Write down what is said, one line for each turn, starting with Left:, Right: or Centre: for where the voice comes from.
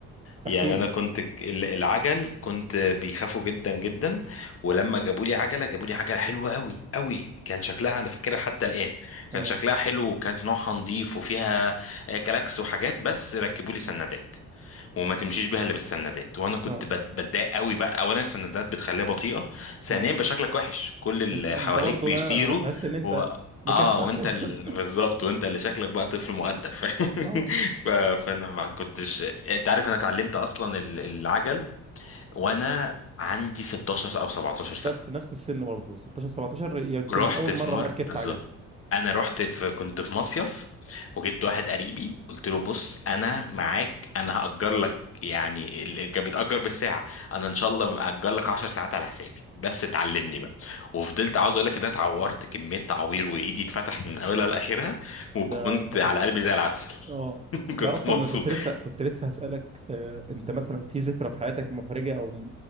Left: يعني
Right: احكي
Left: انا
Right: لي
Left: كنت ك- ال- العجل كنت بيخافوا جدا جدا ولما جابوا لي عجلة جابوا لي عجلة حلوة قوي قوي كان شكلها انا فاكرها حتى الآن
Right: اه
Left: كان شكلها حلو وكان نوعها نظيف وفيها آه، كلاكس وحاجات بس ركبوا لي سندات وما تمشيش بيها الا بالسندات وانا كنت
Right: اه
Left: بت- بتضايق قوي بقى اولا السندات بتخليها بطيئه ثانيا
Right: اه
Left: بقى شكلك وحش كل اللي
Right: انت اه
Left: حواليك
Right: انت برضه
Left: بيطيروا
Right: اه تحس ان انت
Left: و...
Right: مكسح
Left: اه وانت
Right: كده
Left: ال...
Right: <laughs>
Left: بالظبط وانت اللي شكلك بقى طفل مؤدب <laughs> ف...
Right: اه
Left: ف... فانا ما كنتش انت عارف انا اتعلمت اصلا ال- العجل وانا عندي 16 او 17 سنه
Right: بس نفس السن برضه 16 17 يمكن
Left: رحت
Right: اول
Left: في
Right: مره
Left: مر
Right: بقى ركبت
Left: بالظبط
Right: عجل
Left: انا رحت في كنت في مصيف وجبت واحد قريبي قلت له بص انا معاك انا هأجر لك يعني ال- كان بيتأجر بالساعة انا ان شاء الله مأجر لك 10 ساعات على حسابي بس تعلمني بقى وفضلت عاوز اقول لك ان انا اتعورت كمية تعوير وايدي اتفتحت من اولها لاخرها وكنت
Right: ده كان
Left: على قلبي زي العسل
Right: اه
Left: <laughs> كنت
Right: ده اصلا
Left: مبسوط
Right: انا كنت لسه كنت لسه هسألك آه، انت مثلا في ذكرى في حياتك محرجة او